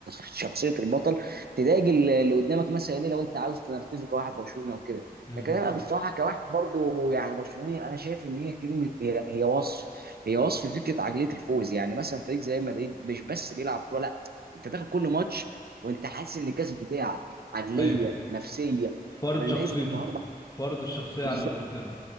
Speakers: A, on the right; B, on the left.
A: شخصية البطل تضايق ال- اللي قدامك مثلا ايه لو انت عاوز تنرفزه كواحد برشلونه وكده
B: امم
A: لكن انا بصراحه كواحد برضو يعني برشلوني انا شايف ان هي كلمه هي هي وصف هي وصف فكره عقليه الفوز يعني مثلا فريق زي مدريد مش بس بيلعب كوره لا انت داخل كل ماتش وانت حاسس ان الكاس بتاعك عقليه
B: ايوه
A: نفسيه
B: فرض
A: انا
B: شخصيته
A: نازل النهارده
B: فرض الشخصية
A: بالظبط
B: على اللي قدام